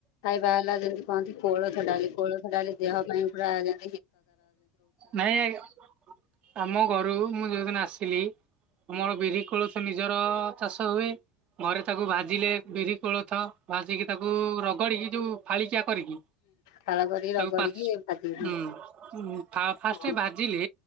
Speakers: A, on the left; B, on the right.
A: ଖାଇବା ହେଲା ଜେମିତି କହନ୍ତିନି କୋଳୋଥୋ ଡାଲି କୋଳୋଥୋ ଡାଲି ଦେହ ପାଇଁ ପୁରା ଜେ
B: ନାଇଁ ଆଜ୍ଞା ଆମ ଘରୁ ମୁଁ ଯୋଉଦିନ ଆସିଲି ଆମର ବିରି କୋଳୋଥୋ ନିଜର ଚାଷ ହୁଏ। ଘରେ ତାକୁ ଭାଜିଲେ ବିରି କୋଳୋଥ ଭାଜିିକି ତାକୁ ରଗଡିକି ଯୋଉ ଫାଳିକିଆ କରିକି
A: ଫାଳ କରିକି ରଗଡିକି
B: ତାକୁ ପାଛ
A: ଭାଜି
B: ହୁଁ ଫା
A: ହଁ
B: ଫାଷ୍ଟ ଭଜିଲେ